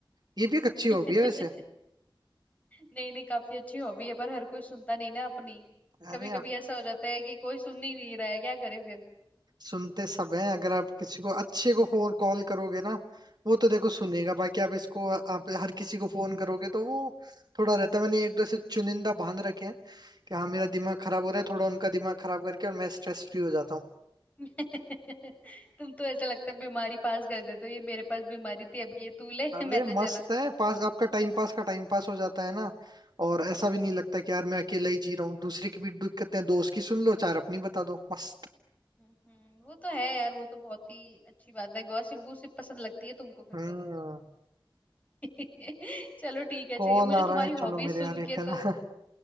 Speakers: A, on the right (about 55°); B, on the left (about 15°).
A: ये भी एक अच्छी
B: <laughs>
A: हॉबी है वैसे
B: नहीं नहीं काफी अच्छी हॉबी है पर हर कोई सुनता नहीं ना अपनी
A: अरे
B: कभी कभी ऐसा हो जाता है कि कोई सुन ही नहीं रहा है क्या करे फिर
A: सुनते सब हैं अगर आप किसी को अच्छे को फोन कॉल करोगे ना वो तो देखो सुनेगा बाकी आप इसको आप हर किसी को फोन करोगे तो वो थोड़ा रहता है मैंने एक दो से चुनिंदा बांध रखे हैं कि हाँ मेरा दिमाग खराब हो
B: हम्म
A: रहा है थोड़ा उनका दिमाग खराब करके और मैं स्ट्रेस फ्री हो जाता हूँ
B: <laughs> तुम तो ऐसा लगता है बीमारी पास कर देते हो ये मेरे पास बीमारी थी अब ये तू ले <laughs>
A: अरे
B: मैं तो
A: मस्त
B: चला
A: है पास आपका टाइम पास का टाइम पास हो जाता है ना और ऐसा
B: हम्म
A: भी नहीं लगता कि यार मैं अकेला ही जी रहा हूँ दूसरे की भी दिक्कतें हैं दोस्त की सुन लो चार अपनी बता दो मस्त
B: हम्म वो तो है यार वो तो बहुत ही अच्छी बात है गॉसिप गॉसिप पसंद लगती है तुमको फिर
A: हम्म
B: तो <laughs> चलो ठीक है
A: कॉल
B: चाहिए मुझे
A: आ रहा
B: तुम्हारी
A: है चलो
B: हॉबी
A: मेरे
B: सुन
A: यार एक
B: के
A: है
B: तो
A: ना <laughs>